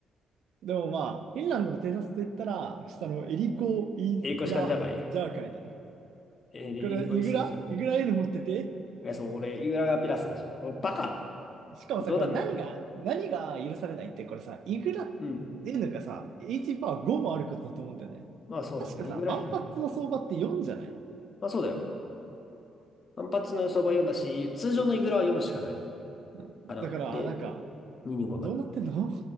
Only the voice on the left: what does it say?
エリコシカンジャガリ。
エリエリコシカンジャガリ。
いや、そう、俺、イグラがピラスでしょ。これバカ
冗談みたいな。
うん。
まあそうだね。
イグラ変に。
まあそうだよ。反発の予想は4だし、通常のイグラは4しかない
かな。
で、
225まで。